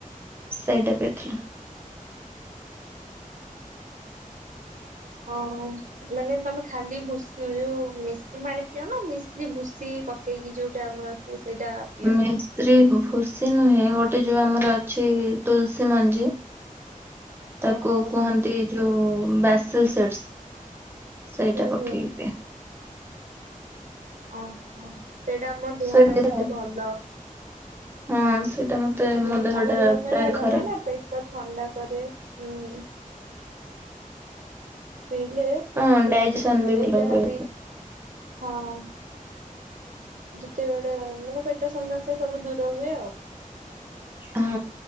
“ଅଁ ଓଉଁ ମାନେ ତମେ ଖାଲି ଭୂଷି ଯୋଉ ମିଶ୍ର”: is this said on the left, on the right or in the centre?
Right